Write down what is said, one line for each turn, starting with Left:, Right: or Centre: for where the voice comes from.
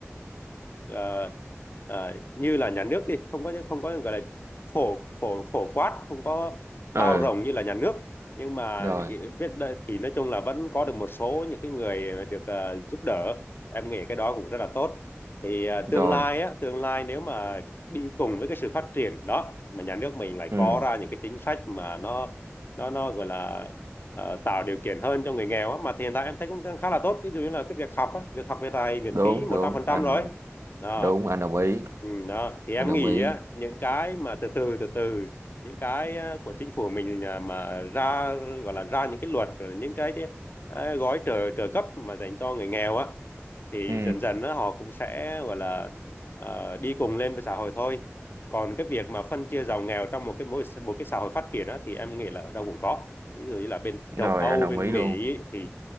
Left: ờ, ờ, như là nhà nước đi không có không có gọi là phổ phổ phổ quát không có bao
Right: ừ
Left: rộng như là nhà nước nhưng mà
Right: rồi
Left: biết đây thì nói chung là vẫn có được một số những cái người được ờ, giúp đỡ em nghĩ cái đó cũng rất là tốt thì ờ, tương
Right: rồi
Left: lai á tương lai nếu mà đi cùng với cái sự phát triển đó mà nhà nước mình lại
Right: ừ
Left: có ra những cái chính sách mà nó nó nó gọi là ờ, tạo điều kiện hơn cho người nghèo á mà hiện tại em thấy cũng đang khá là tốt ví dụ như là cái việc học á việc học hiện tại miễn
Right: đúng
Left: phí một
Right: đúng
Left: trăm phần trăm
Right: anh
Left: rồi đó
Right: đúng anh đồng ý
Left: ừ, đó thì em
Right: anh đồng
Left: nghĩ
Right: ý
Left: á những cái mà từ từ từ từ những cái ờ, của chính phủ mình à, mà ra gọi là ra những cái luật rồi những cái ờ, gói trợ trợ cấp mà dành cho người nghèo á thì
Right: ừ
Left: dần dần á, họ cũng sẽ gọi là ờ, đi cùng lên với xã hội thôi còn cái việc mà phân chia giàu nghèo trong một cái mỗi một cái xã hội phát triển á, thì em nghĩ là ở đâu cũng có ví dụ như là bên
Right: rồi
Left: châu Âu
Right: anh đồng
Left: bên
Right: ý luôn
Left: Mỹ ấy, thì